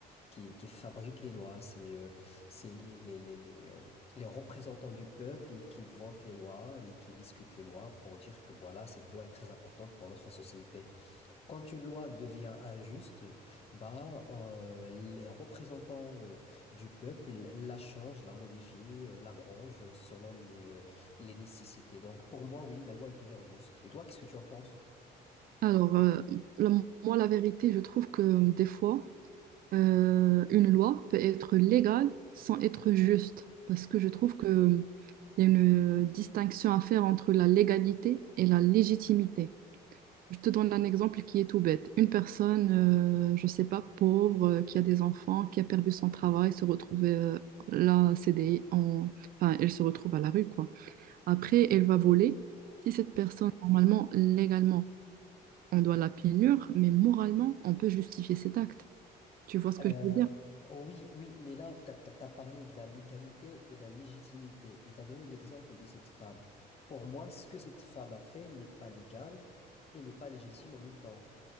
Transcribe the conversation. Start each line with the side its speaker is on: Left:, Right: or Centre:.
Left: qui, qui fabriquent les lois. C'est, euh, c'est les, les, les, les, euh, les représentants du peuple qui votent les lois et qui discutent les lois pour dire que voilà, cette loi est très importante pour notre société. Quand une loi devient injuste, bah, euh, les représentants euh, du peuple la changent, la modifient, euh, l'abrogent euh, selon les, euh, les nécessités. Donc pour moi, oui, la loi est toujours juste. Et toi, qu'est-ce que tu en penses?
Right: Alors, euh, la- moi, la vérité, je trouve que des fois, euh, une loi peut être légale sans être juste, parce que je trouve que euh, il y a une distinction à faire entre la légalité et la légitimité. Je te donne un exemple qui est tout bête. Une personne, euh, je sais pas, pauvre, euh, qui a des enfants, qui a perdu son travail, se retrouve euh, là, CDI, en... enfin, elle se retrouve à la rue, quoi. Après, elle va voler. Si cette personne, normalement, légalement, on doit la punir, mais moralement, on peut justifier cet acte. Tu vois ce que
Left: Euh,
Right: je veux dire?
Left: oui, oui, mais là, tu as, parlé de la légalité et la légitimité et tu as donné l'exemple de cette femme. Pour moi, ce que cette femme a fait n'est pas légal et n'est pas légitime en même temps.